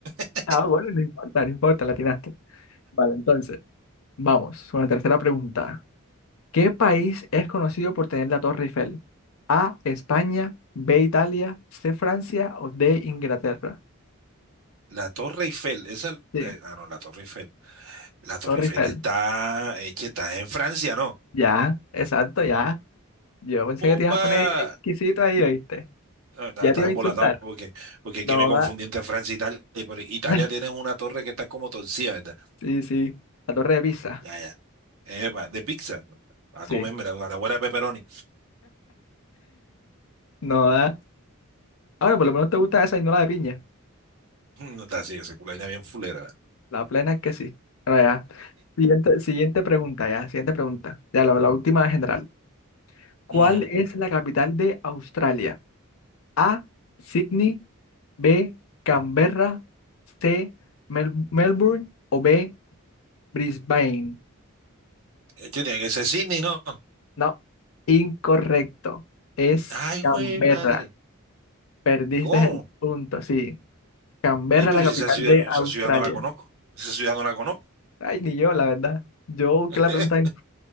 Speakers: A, on the right (about 70°); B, on the left (about 70°).
A: <laughs>
B: Ah, bueno, no importa, no importa, la Vale, entonces, vamos con la tercera pregunta. ¿Qué país es conocido por tener la Torre Eiffel? A, España, B, Italia, C, Francia o D, Inglaterra.
A: La Torre Eiffel, esa,
B: Sí,
A: eh, ah, no, la Torre Eiffel. La Torre
B: Torre
A: Eiffel
B: Eiffel.
A: está, eh, che, está en Francia, ¿no?
B: Ya, exacto, ya. Yo pensé
A: ¡opa!
B: que te ibas a poner exquisito ahí, ¿oíste?
A: No, está-
B: Ya
A: Estaba
B: te iba
A: embolatado
B: a insultar.
A: porque, porque es
B: No
A: que me confundí
B: da.
A: entre Francia e Italia. y por- Italia
B: <laughs>
A: tienes una torre que está como torcida, ¿verdad?
B: Sí, sí, la Torre de Pisa.
A: Ya, ya. Epa, de pizza. A
B: Sí.
A: comerme la, la guarda de pepperoni.
B: No da. Ahora, por lo menos te gusta esa y no la de piña.
A: <laughs> No, Está así, esa culaina bien fulera. <laughs> ¿verdad?
B: La plena es que sí. Bueno, ya. Siguiente, siguiente pregunta, ya. Siguiente pregunta. Ya, la, la última general. ¿Cuál
A: Ujú.
B: es la capital de Australia? A. Sydney. B. Canberra. C. Mel- Melbourne. O B. Brisbane.
A: Eh, Che, tiene que ser Sydney, ¿no?
B: No, incorrecto. Es
A: Ay,
B: Canberra.
A: güey, madre.
B: Perdiste
A: ¿Cómo?
B: el punto, sí. Canberra,
A: Ey, pero
B: la capital
A: si esa ciudad,
B: de
A: esa
B: Australia.
A: ciudad no la conozco. Esa ciudad no la conozco.
B: Ay, ni yo, la verdad. Yo
A: <laughs>
B: busqué la pregunta en-